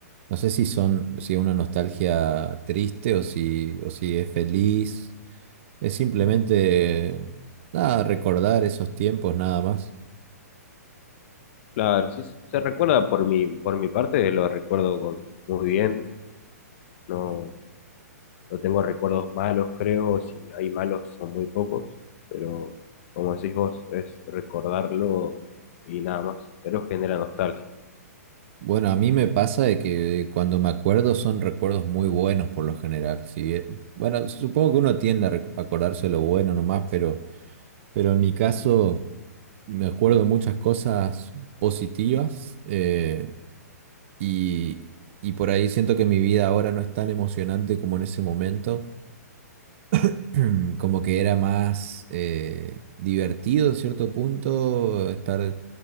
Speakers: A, on the right; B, on the left.
A: no sé si son, si es una nostalgia triste o si, o si es feliz. Es simplemente, nada, recordar esos tiempos nada más.
B: Claro, sí, sí, se recuerda por mi, por mi parte, lo recuerdo con, muy bien. No, No tengo recuerdos malos, creo, si hay malos son muy pocos, pero como decís vos, es recordarlo y nada más, pero genera nostalgia.
A: Bueno, a mí me pasa de que cuando me acuerdo son recuerdos muy buenos por lo general. Si bien- bueno, supongo que uno tiende a rec- acordarse lo bueno nomás, pero, pero en mi caso. me acuerdo de muchas cosas positivas eh, y, y por ahí siento que mi vida ahora no es tan emocionante como en ese momento, <clears throat> como que era más eh, divertido en cierto punto, estar